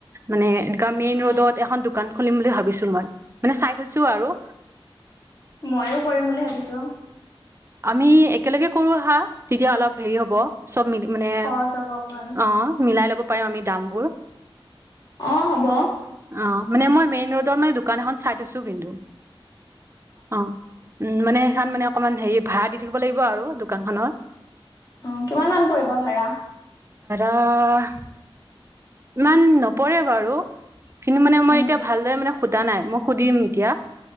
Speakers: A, on the right; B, on the left.
A: মানে মেইন
B: অ
A: ৰোডত এখন দোকান খুলিম বুলি ভাবিছোঁ মই, মানে চাই থৈছোঁ আৰু।
B: ময়ো কৰিম বুলি ভাবিছোঁ।
A: আমি একেলগে কৰো আহা, তেতিয়া অলপ হেৰি হ'ব। <unintelligible> মানে,
B: সহজ হ'ব অকণ
A: অ' মিলাই ল'ব পাৰিম আমি দামবোৰ।
B: অ' হ'ব।
A: অ' মানে মই মেইন ৰোডৰ মানে দোকান এখন চাই থৈছোঁ কিন্তু। অ' উম, মানে সেইখন মানে অকমান হেৰি ভাড়া দি থাকিব লাগিব আৰু দোকান খনৰ।
B: অ' কিমান মান পৰিব ভাড়া।
A: অ' ইমান নপৰে বাৰু। কিন্তু মানে মই
B: উম
A: এতিয়া ভালদৰে মানে সুধা নাই মই সুধিম এতিয়া।